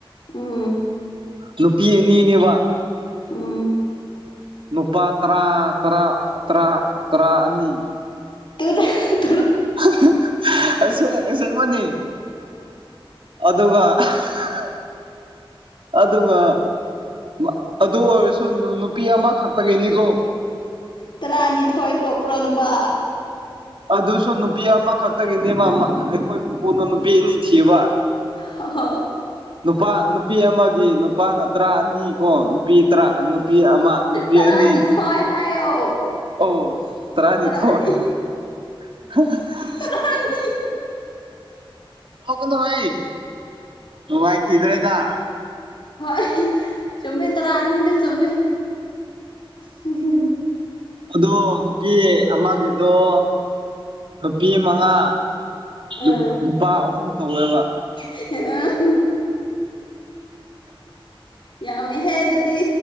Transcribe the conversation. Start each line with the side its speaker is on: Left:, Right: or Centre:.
Left: ꯎꯝ
Right: ꯅꯨꯄꯤ ꯑꯅꯤꯅꯦꯕ
Left: ꯎꯝ
Right: ꯅꯨꯄꯥ ꯇꯔꯥ ꯇꯔꯥ ꯇꯔꯥ ꯇꯔꯥ ꯑꯅꯤ
Left: ꯇꯨꯅꯦ
Right: <unintelligible> ꯑꯁꯦꯡ ꯑꯁꯦꯡꯕꯅꯦ ꯑꯗꯨꯒ <unintelligible> ꯑꯗꯨꯒ ꯃꯥ ꯑꯗꯨ ꯑꯣꯏꯔꯁꯨ ꯅꯨꯄꯤ ꯑꯃꯈꯛꯇꯒꯤꯅꯤꯀꯣ
Left: ꯇꯔꯥꯅꯤꯊꯣꯏ ꯄꯣꯛꯄ꯭ꯔꯣ ꯅꯨꯨꯄꯥ
Right: ꯑꯗꯨꯁꯨ ꯅꯨꯄꯤ ꯑꯃꯈꯛꯇꯒꯤꯅꯦꯃ ꯃꯥ ꯑꯩꯈꯣꯏ ꯄꯨꯄꯨꯅ ꯅꯨꯄꯤ ꯑꯅꯤ ꯊꯤꯕ
Left: ꯍ
Right: ꯅꯨꯄꯥ ꯅꯨ ꯅꯨꯄꯤ ꯑꯃꯒꯤ ꯅꯨꯄꯥꯅ ꯇꯔꯥ ꯑꯅꯤ ꯀꯣ ꯅꯨꯄꯤ ꯇꯔꯥ ꯅꯨꯄꯤ ꯑꯃ ꯅꯨꯄꯤ
Left: ꯇꯔꯥꯅꯤꯊꯣꯏ
Right: ꯑꯅꯤ
Left: ꯍꯥꯏꯌꯣ
Right: ꯑꯣ ꯇꯔꯥꯅꯤꯊꯣꯏ
Left: ꯇꯔꯥꯅꯤ
Right: <unintelligible>
Left: ꯇꯔꯥꯅꯤ
Right: <unintelligible> ꯍꯧꯒꯠꯂꯣꯍꯩ ꯅꯨꯡꯉꯥꯏꯈꯤꯗꯔꯦꯗ
Left: ꯍꯣꯏ ꯆꯨꯝꯃꯦ ꯇꯔꯥ ꯑꯅꯤꯗ ꯆꯨꯝꯃꯦ ꯎꯝ ꯍꯝ
Right: ꯑꯗꯣ ꯅꯨꯄꯤ ꯑꯃꯒꯤꯗꯣ ꯅꯨꯄꯤ ꯃꯉꯥ ꯑꯗꯨꯕꯨ
Left: ꯑꯥ
Right: ꯅꯨꯄꯥ ꯑꯍꯨꯝ ꯇꯧꯋꯦꯕ
Left: <unintelligible> ꯌꯥꯝꯃꯦꯍꯦ ꯑꯗꯨꯗꯤ